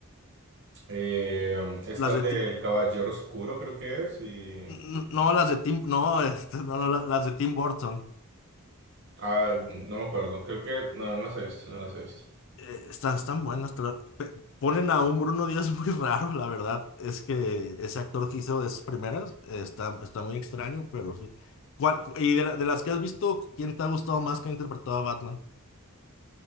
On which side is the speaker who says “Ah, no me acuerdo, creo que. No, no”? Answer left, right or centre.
Right